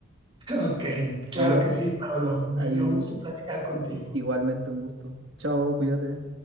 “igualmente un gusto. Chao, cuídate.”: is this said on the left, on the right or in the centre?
Right